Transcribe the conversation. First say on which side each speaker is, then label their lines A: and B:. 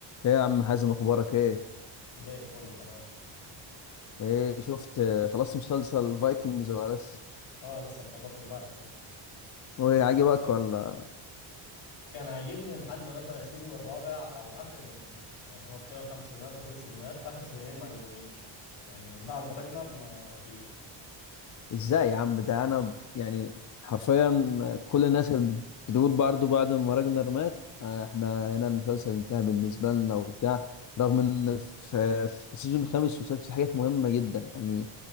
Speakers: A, on the left; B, on the left.
A: ايه يا عم حازم اخبارك ايه
B: زي الفل تمام
A: ايه شفت آه، خلصت مسلسل فايكنجز ولا لسه
B: اه لسه مخلصه امبارح كده
A: وعجبك ولا
B: كان عاجبني لحد مثلا السيزون الرابع او اخر يعني مش يعني هو تقريبا خمس سيزونات او ست سيزونات اخر سيزونين ما عجبونيش يعني من بعد راجنر ما فيش
A: ازاي يا عم ده انا ب- يعني حرفيا كل الناس كانت بت- بتقول برضه بعد ما راجنر مات آه، احنا هنا المسلسل انتهى بالنسبه لنا وبتاع رغم ان في في السيزون الخامس والسادس في حاجات مهمه جدا يعني